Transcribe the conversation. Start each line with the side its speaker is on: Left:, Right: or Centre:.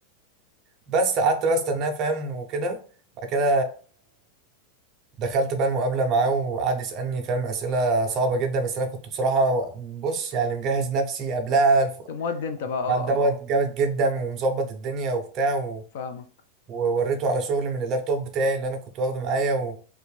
Right: بس قعدت بقى استناه فاهم وكده بعد كده دخلت بقى المقابلة معاه وقعد يسألني فاهم أسئلة صعبة جدا بس أنا كنت بصراحة بص يعني مجهز نفسي قبلها الف-
Left: تقوم ودي انت بقى اه
Right: مع دوت
Left: اه
Right: جامد جدا ومظبط الدنيا وبتاع و...
Left: فاهمك
Right: ووريته على شغل من اللابتوب بتاعي اللي أنا كنت واخده معايا و...